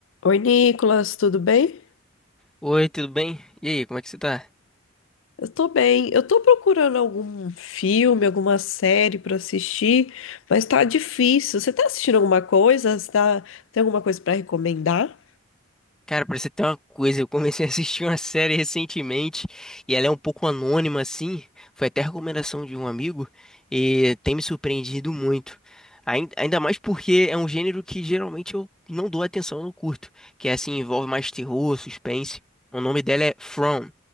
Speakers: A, on the left; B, in the centre.
A: Oi, Nicolas, tudo bem?
B: Oi, tudo bem? E aí, como é que você tá?
A: Eu tô bem. Eu tô procurando algum filme, alguma série pra assistir, mas tá difícil. Você tá assistindo alguma coisa? Você tá... Tem alguma coisa pra recomendar?
B: Cara, pra você ter uma coisa, eu comecei a assistir uma <laughs> série recentemente e ela é um pouco anônima assim, foi até recomendação de um amigo e tem me surpreendido muito. Ain- Ainda mais porque é um gênero que geralmente eu não dou atenção, eu não curto, que é assim, envolve mais terror, suspense. O nome dela é From.